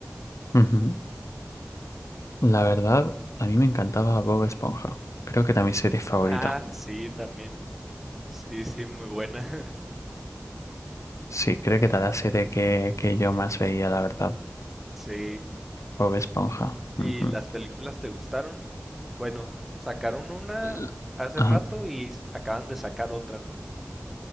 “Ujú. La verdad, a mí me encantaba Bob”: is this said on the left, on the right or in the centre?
Left